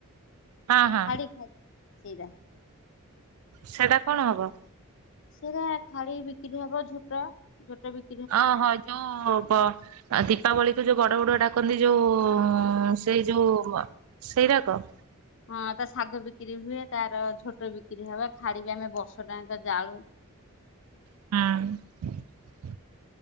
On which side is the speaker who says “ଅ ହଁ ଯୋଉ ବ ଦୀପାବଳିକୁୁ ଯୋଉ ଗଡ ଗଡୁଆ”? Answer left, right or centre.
Right